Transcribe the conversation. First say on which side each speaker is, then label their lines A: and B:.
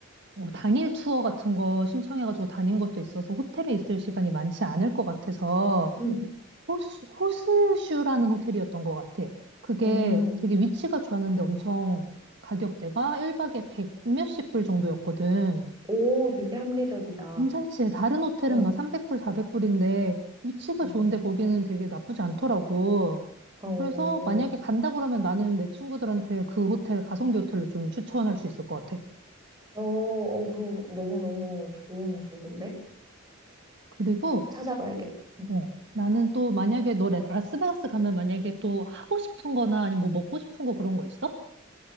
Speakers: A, on the right; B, on the right.
A: 어, 당일 투어 같은 거 신청해가지고 다닌 것도 있어서 호텔에 있을 시간이 많지 않을 것 같아서
B: 음.
A: 호스, 호스슈라는 호텔이었던 것 같아. 그게
B: 음.
A: 되게 위치가 좋았는데 엄청 가격대가 1박에 백 몇십 불 정도였거든.
B: 오, 되게 합리적이다.
A: 괜찮지. 다른 호텔은
B: 응.
A: 막 300불, 400불인데 위치가
B: 음.
A: 좋은데 거기는 되게 나쁘지 않더라고.
B: 어,
A: 그래서 만약에 간다 그러면 나는 내 친구들한테 그 호텔, 가성비 호텔로 좀 추천할 수 있을 것 같아.
B: 어, 어, 그거 너무너무 좋은 정보인데?
A: 그리고
B: 찾아봐야겠다. 음.
A: 어, 나는 또 만약에 너 레- 라스베가스 가면 만약에 또 하고 싶은 거나 아니면 뭐 먹고 싶은 거 그런 거 있어?